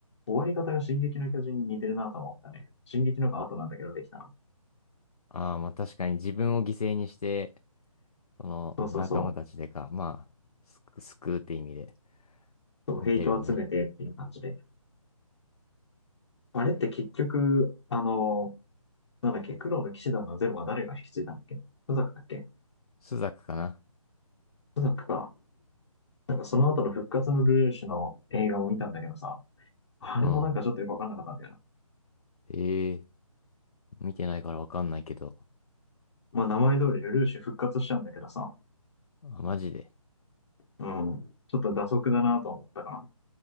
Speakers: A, on the left (about 50°); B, on the left (about 80°).
A: 終わり方が進撃の巨人に似てるなと思ったね。進撃のが後なんだけどできたの。
B: ああ、まあ確かに自分を犠牲にして、その仲間たちでか、
A: そうそうそう。
B: まあ、すく、救うって意味で、
A: そう、
B: 似てるよね。
A: ヘイト集めてっていう感じで。あれって結局、あの、なんだっけ、黒の騎士団のゼロは誰が引き継いだんだっけトザクだっけ
B: 朱雀かな
A: トザクか。なんかその後の復活のルルーシュの映画を見たんだけどさ、あれもなんかちょっとよくわかんなかったんだよな。
B: うん。へえ。見てないからわかんないけど。
A: まあ名前通りルルーシュ復活しちゃうんだけどさ、
B: あ、マジで。
A: うん。ちょっと蛇足だなとは思ったかな。